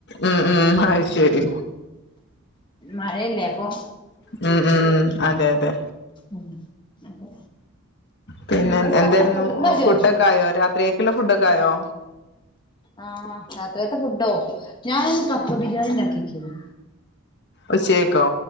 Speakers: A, on the left; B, on the left.
A: ഉംഹ് ഉംഹ് അയ്ശെരി
B: മഴയല്ലേ അപ്പൊ
A: മ് മ് അതെയതെ
B: ഉംഹ് അതെ
A: പിന്നെ
B: എന്താ ചായക്ക്
A: എന്തേയിരുന്നു
B: കടി ന്നാജോ
A: ഫുഡൊക്കായോ രാത്രിയേക്ക്‌ള്ള ഫുഡൊക്കായോ?
B: ആ രാത്രിയത്തെ ഫുഡോ ഞാനിന്ന് കപ്പ ബിരിയാണിണ്ടാക്ക്യക്കേന്നു.
A: ഉച്ചകേക്കോ